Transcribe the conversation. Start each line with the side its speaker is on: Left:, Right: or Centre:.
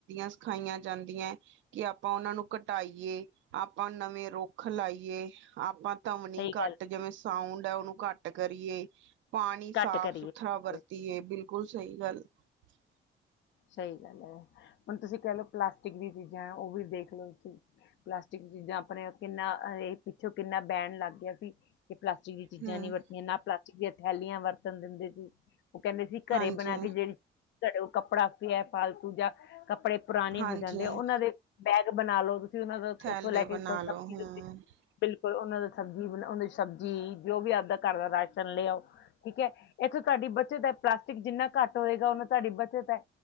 Right: ਸਿਖਾਈਆਂ ਜਾਂਦੀਆਂ ਕਿ ਆਪਾਂ ਉਹਨਾਂ ਨੂੰ ਘਟਾਈਏ, ਆਪਾਂ ਨਵੇਂ ਰੁੱਖ ਲਾਈਏ ਆਪਾਂ ਧਵਨੀ
Left: ਸਹੀ
Right: ਘੱਟ
Left: ਗੱਲ
Right: ਜਿਵੇਂ ਸਾਊਂ ਉਹਨੂੰ ਘੱਟ ਕਰੀਏ ਪਾਣੀ
Left: ਘੱਟ
Right: ਸਾਫ
Left: ਕਰੀਏ
Right: ਸੁਥਰਾ ਵਰਤੀਏ ਬਿਲਕੁਲ, ਬਿਲਕੁਲ ਸਹੀ ਗੱਲ ਐ।
Left: ਸਹੀ ਗੱਲ ਹੈ ਹੁਣ ਤੁਸੀਂ ਕਹਿ ਲਓ ਪਲਾਸਟਿਕ ਦੀਆਂ ਚੀਜ਼ਾਂ ਉਹ ਵੀ ਦੇਖ। ਪਲਾਸਟਿਕ ਚੀਜ਼ਾਂ ਆਪਣੇ ਕਿੰਨਾ ਇਹ ਪਿੱਛੋਂ ਕਿੰਨਾ ਬਹਿਣ ਲੱਗ ਗਿਆ ਸੀ। ਕਿ ਪਲਾਸਟਿਕ ਦੀ ਚੀਜ਼ਾਂ
Right: ਹਮ
Left: ਨੀ ਵਰਤੀਆਂ ਨਾ ਪਲਾਸਟਿਕ ਦੀਆਂ ਥੈਲੀਆਂ ਵਰਤਣ ਦਿੰਦੇ ਸੀ। ਉਹ ਕਹਿੰਦੇ ਸੀ
Right: ਹਾਂਜੀ
Left: ਘਰੇ ਬਣਾ ਕੇ ਜਿਹੜੀ ਘ ਕੱਪੜਾ ਪਿਆ ਫਾਲਤੂ ਜਾਂ, ਕੱਪੜੇ ਪੁਰਾਣੇ
Right: ਹਾਂਜੀ
Left: ਹੋ ਜਾਂਦੇ ਉਹਨਾਂ ਦੇ ਬੈਗ ਬਣਾ ਲਓ। ਉਹਨਾਂ ਦਾ
Right: ਥੈਲੇ
Left: ਉੱਥੋਂ ਲੈ
Right: ਬਣਾ
Left: ਕੇ ਸੀ
Right: ਲੋ ਹੂੰ
Left: ਬਿਲਕੁਲ ਉਹਨਾਂ ਦਾ ਸਬਜ਼ੀ ਬਣਾਓ ਉਹ ਦੀ ਸਬਜ਼ੀ ਜੋ ਵੀ ਆਪਦਾ ਘਰ ਦਾ ਰਾਸ਼ਨ ਲਿਆਓ ਠੀਕ ਹੈ ਇੱਥੋਂ ਘ- ਤੁਹਾਡੀ ਬੱਚਤ ਹੈ ਪਲਾਸਟਿਕ ਜਿੰਨਾ ਘੱਟ ਹੋਏਗਾ ਔਨੀ ਤੁਹਾਡੀ ਬੱਚਤ ਹੈ।